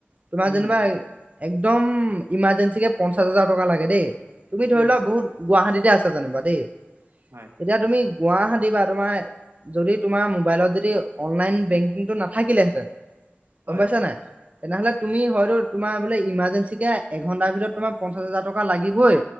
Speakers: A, on the right; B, on the right.
A: তোমাৰ
B: উম,
A: যেনিবা একদম ইমাৰ্জেঞ্চিকে পঞ্চাছ হাজাৰ টকা লাগে দেই, তুমি
B: উম,
A: ধৰি লোৱা বহুত গুৱাহাটীতে আছা যেনিবা দেই।
B: হয়।
A: এতিয়া তুমি গুৱাহাটী বা তোমাৰ যদি তোমাৰ মোবাইলত যদি অনলাইন বেংকিংটো নাথাকিলেহেঁতেন
B: হয়,
A: গম পাইছা নাই? তেনেহলে তুমি হয়তো তোমাৰ বোলে ইমাৰ্জেঞ্চিকে এঘন্টাৰ ভিতৰত তোমাৰ পঞ্চাশ হাজাৰ টকা লাগিবই,